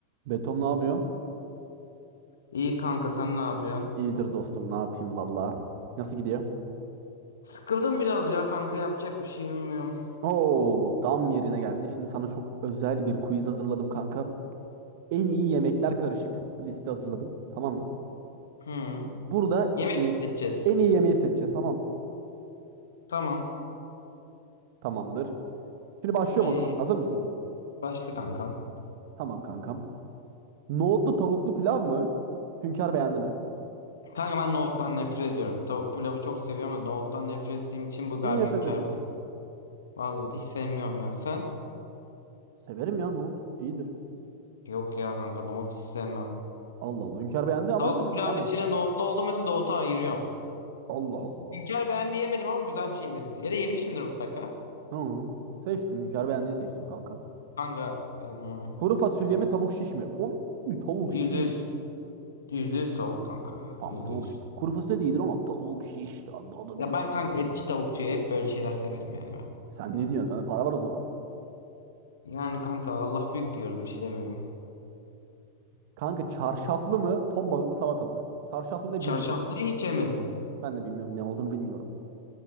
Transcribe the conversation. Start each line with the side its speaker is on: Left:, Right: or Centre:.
Right: Betom ne yapıyorsun?
Left: İyi kanka sen ne yapıyorsun?
Right: İyidir dostum ne yapayım valla. Nasıl gidiyor?
Left: Sıkıldım biraz ya kanka yapacak bir şey bilmiyorum.
Right: Oo tam yerine geldin. Şimdi sana çok özel bir quiz hazırladım kanka. En iyi yemekler karışık bir liste hazırladım. Tamam mı?
Left: Hı.
Right: Burada
Left: Yemek
Right: e,
Left: mi seçeceğiz?
Right: en iyi yemeği seçeceğiz tamam.
Left: Tamam.
Right: Tamamdır. Şimdi başlıyorum
Left: Ee,
Right: o zaman. Hazır mısın?
Left: başla kankam.
Right: Tamam kankam. Nohutlu tavuklu pilav mı? Hünkar beğendi mi?
Left: Kanka ben nohuttan nefret ediyorum. Tavuk pilavı çok seviyorum da nohuttan nefret ettiğim için bu galiba
Right: Niye nefret
Left: inkar
Right: ediyorum?
Left: ben. Vallahi hiç sevmiyorum ya. Sen?
Right: Severim ya nohut. İyidir.
Left: Yok ya kanka nohut hiç sevmem.
Right: Allah Allah. Hünkar beğendi ama
Left: Tavuk
Right: benim.
Left: pilav içine nohutlu oldu mesela nohutu ayırıyorum.
Right: Allah Allah.
Left: Hünkar ben diyemedim ama güzel bir şey benziyor. Ya da yemişimdir mutlaka.
Right: Tamam. Seçtim. Hünkar beğendiği seçtim kankam.
Left: Kanka ım,
Right: Kuru fasulye mi tavuk şiş mi? Oy, tavuk
Left: yüzde
Right: şiş.
Left: yüz. Yüzde yüz tavuk kanka.
Right: Kanka
Left: Yüzde
Right: tavuk
Left: yüz.
Right: şiş. Kuru fasulye de iyidir ama tavuk şiş. Ya, daha da bir
Left: Ya
Right: bak.
Left: ben kanka etçi tavukçu hep böyle şeyler severim yani ben.
Right: Sen ne diyorsun? Sende para var o zaman.
Left: Yani kanka Allah büyük diyorum bir şey demiyorum.
Right: Kanka çarşaflı mı? Ton balıklı salata mı? Çarşaflı ne
Left: Çarşaflıyı
Right: bilmiyorum.
Left: hiç yemedim.
Right: Ben de bilmiyorum. Ne olduğunu bilmiyorum.